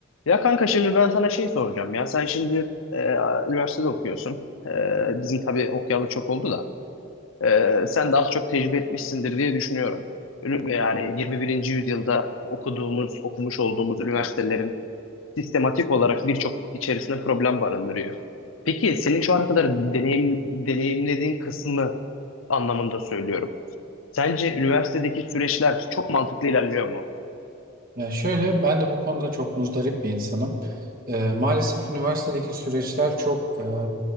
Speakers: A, on the left (about 85°); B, on the right (about 45°).
A: Ya kanka şimdi ben sana şey soracağım. Ya sen şimdi e, üniversitede okuyorsun. E, bizim tabii okuyalı çok oldu da. E, sen de az çok tecrübe etmişsindir diye düşünüyorum. Ünü- Yani 21. yüzyılda okuduğumuz, okumuş olduğumuz üniversitelerin sistematik olarak birçok içerisinde problem barındırıyor. Peki senin şu ana kadar deneyim, deneyimlediğin kısmı anlamında söylüyorum. Sence üniversitedeki süreçler çok mantıklı ilerliyor mu?
B: Ya şöyle ben de bu konuda çok muzdarip bir insanım. Eee, maalesef üniversitedeki süreçler çok eee,